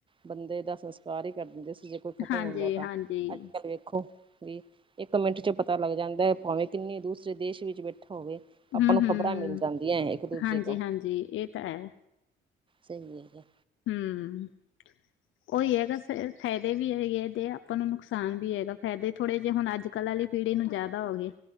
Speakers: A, on the right; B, on the left.
A: ਬੰਦੇ ਦਾ ਸੰਸਕਾਰ ਹੀ ਕਰ ਦਿੰਦੇ ਸੀ ਜੇ ਕੋਈ ਖਤਮ
B: ਹਾਂਜੀ-ਹਾਂਜੀ।
A: ਹੁੰਦਾ ਤਾਂ ਅੱਜ ਕੱਲ ਵੇ ਖੋ ਵੀ ਇੱਕ ਮਿੰਟ ਚ ਪਤਾ ਲੱਗ ਜਾਂਦਾ ਐ ਭਾਵੇਂ ਕਿੰਨੇ ਦੂਸਰੇ ਦੇਸ਼ ਵਿੱਚ ਬੈਠਾ ਹੋਵੇ। ਆਪਾਂ
B: ਹੂੰ-ਹੂੰ,
A: ਨੂੰ ਖ਼ਬਰਾਂ ਮਿਲ ਜਾਂਦੀਆਂ ਇੱਕ ਦੂਜੇ
B: ਹਾਂਜੀ-ਹਾਂਜੀ
A: ਤੋਂ,
B: ਇਹ ਤਾਂ ਹੈ,
A: ਸਈ ਹੇਗਾ।
B: ਹੂੰ। ਉਹੀ ਐ ਹੈਗਾ ਫੇਰ ਫਾਇਦੇ ਵੀ ਹੈਗੇ ਤੇ ਆਪਾਂ ਨੂੰ ਨੁਕਸਾਨ ਵੀ ਹੈਗਾ ਫਾਇਦੇ ਥੋੜ੍ਹੇ ਜੇਹੇ ਹੁਣ ਅੱਜ ਕੱਲ ਆਲੀ ਪੀੜੀ ਨੂੰ ਜਾਦਾ ਹੋ ਗਏ।